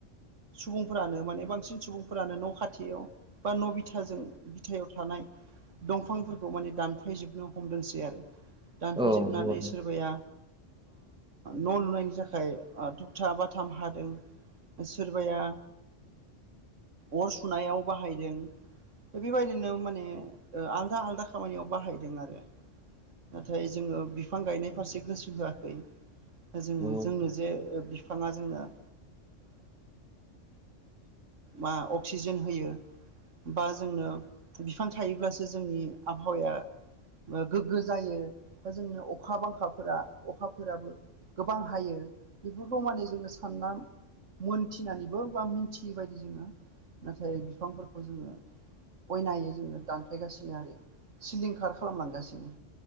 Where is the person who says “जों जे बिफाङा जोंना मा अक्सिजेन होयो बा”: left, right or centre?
Right